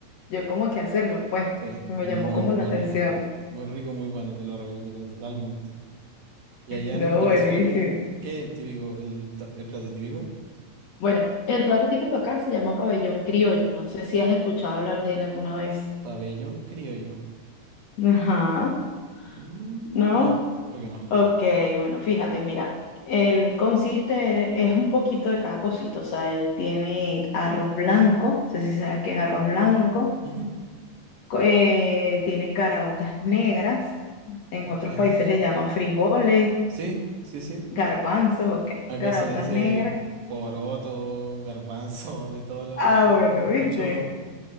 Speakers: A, on the left; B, on the right.
A: yo como que hacerlo, pues
B: Sí,
A: me
B: es
A: llamó
B: muy,
A: como
B: muy
A: la atención.
B: rico. Muy rico, muy bueno, te lo recomiendo, pero totalmente. Y allá
A: No,
B: en Venezuela,
A: buenísimo.
B: cómo qué es el típico, el, tap- el plato típico?
A: Bueno, el plato típico acá se llama pabellón criollo, no sé si has escuchado hablar de él alguna vez.
B: Pabellón criollo.
A: Ajá,
B: Mm,
A: ¿no?
B: no, creo que no.
A: Ok, bueno, fíjate, mira, él consiste, es un poquito de cada cosito, o sea, él tiene arroz blanco, no sé si sabes qué es arroz blanco,
B: Ujú,
A: co- eh, tiene caraotas negras, en otros
B: Ya.
A: países le llaman frijoles,
B: Sí, sí, sí.
A: garbanzos, ok,
B: Acá
A: caraotas
B: se le dice
A: negras.
B: poroto, garbanzo, de todo, la,
A: Ah,
B: de todo,
A: bueno,
B: mucho,
A: ¿viste?